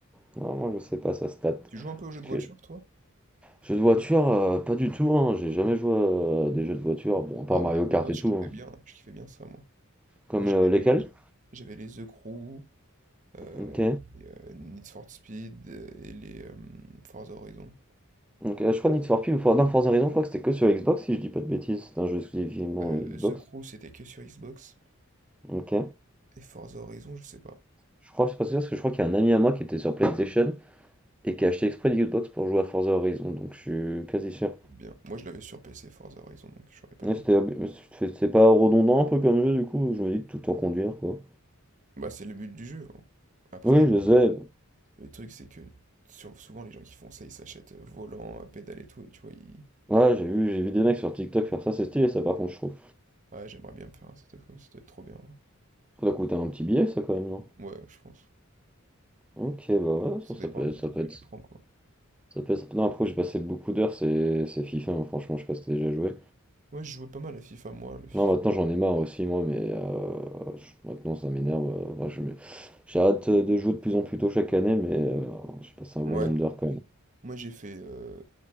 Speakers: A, in the centre; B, on the right.
A: Vraiment, je sais pas, ça se tâte.
B: Tu joues un peu aux jeux
A: Parce
B: de voiture,
A: que
B: toi?
A: jeux de voiture, euh, pas du tout, hein. J'ai jamais joué à des jeux de voiture. Bon, à part
B: Ah
A: Mario
B: ouais, moi,
A: Kart
B: moi,
A: et
B: je
A: tout.
B: kiffais
A: hein.
B: bien, hein, je kiffais bien ça, moi.
A: Comme
B: Moi, j'avais
A: le-
B: les,
A: lesquels?
B: j'avais les The Crew, euh,
A: Ok.
B: les, euh, Need for Speed euh, et les euh, Forza Horizon.
A: Donc, euh, je crois Need for Speed ou For- non, Forza Horizon, je crois que c'était que sur Xbox, si je dis pas de bêtises. C'est un jeu exclusivement
B: Euh,
A: Xbox.
B: The Crew, c'était que sur Xbox.
A: Ok.
B: Et Forza Horizon, je sais pas.
A: Je crois, c'est pas sûr, parce que je crois qu'il y a un ami à moi qui était sur PlayStation et qui a acheté exprès une Xbox pour jouer à Forza Horizon, donc je suis quasi sûr.
B: Peut-être Bien. Moi, je l'avais sur PC, Forza Horizon, donc je saurais pas
A: Ouais,
B: te dire.
A: c'était- mais c'est c'est pas redondant un peu comme jeu du coup, je me dis tout en conduire quoi.
B: Bah, c'est le but du jeu. hein. Après,
A: Oui, je sais.
B: le truc, c'est que sur- souvent, les gens qui font ça, ils s'achètent euh, volant, euh, pédale et tout, et tu vois, ils...
A: Ouais, j'ai vu, j'ai vu des mecs sur TikTok faire ça, c'est stylé ça par contre je trouve.
B: Ouais, j'aimerais bien me faire un setup comme ça, ça doit être trop bien,
A: Ça doit coûter un petit billet ça quand même, non?
B: ouais. Ouais, je pense.
A: Ok, bah ouais,
B: Ça
A: ça, ça
B: dépend
A: peut être,
B: du matos
A: ça peut
B: que
A: être,
B: tu prends, quoi.
A: ça peut être. Non, après j'ai passé beaucoup d'heures, c'est c'est FIFA, hein, franchement, je sais pas si t'as déjà joué.
B: Moi, je jouais pas mal à FIFA, moi, le FIFA.
A: Non, maintenant j'en ai marre aussi moi, mais euh, je- maintenant ça m'énerve. euh, moi, je me- j'arrête de jouer de plus en plus tôt chaque année, mais euh, j'ai passé un bon
B: Ouais.
A: nombre d'heures quand même.
B: Moi, j'ai fait euh,